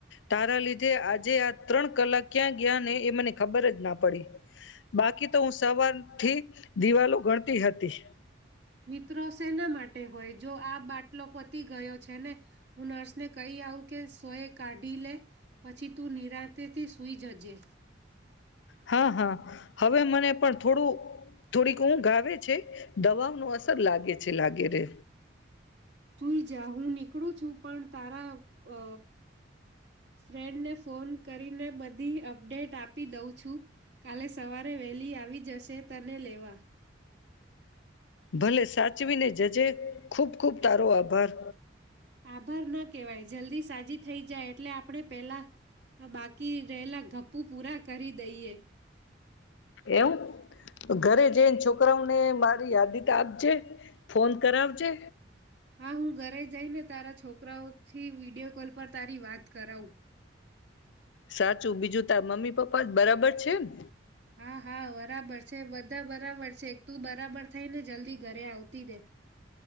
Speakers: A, on the left; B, on the right.
A: તારા લીધે આજે આ ત્રણ કલાક ક્યાં ગયા ને એ મને ખબર જ ના પડી બાકી તો હું સવાર થી દિવાલો ગણતી હતી
B: મિત્રો શેના માટે હોય જો આ બાટલો પતી ગયો છે ને હું નર્સને કહી આવું કે સોય કાઢી લે પછી તું નિરાંતેથી સૂઈ જજે
A: હા હા હવે મને પણ થોડું થોડીક ઊંધ આવે છે દવાઓ ન અસર લાગે છે લાગે રે
B: સુઈ જા હું. નીકળું છું પણ તારા અ ફ્રેન્ડને ફોન કરીને બધી અપડેટ આપી દઉં છું કાલે સવારે વેલી આવી જશે તને લેવા.
A: ભલે સાચવીને જજે ખૂબ ખૂબ તારો આભાર.
B: આભાર ના કેહેવાય જલ્દી સાજી થઈ જાય એટલે આપણે પેલા બાકી રહેલા ગપ્પુ પૂરા કરી દઈએ.
A: એવુ ઘરે જઈને છોકરાઓને મારી યાદીત આપજે ફોન કરાવજે.
B: હા હું ઘરે જઈને તારા છોકરાઓથી વિડિયો કોલ પર તારી વાત કરાવું.
A: સાચું બીજું તાર મમ્મી પપ્પા જ બરાબર છે ને.
B: હા હા બરાબર છે બધા બરાબર છે એક તું બરાબર થઈ ને જલ્દી ઘરે આવતી રે.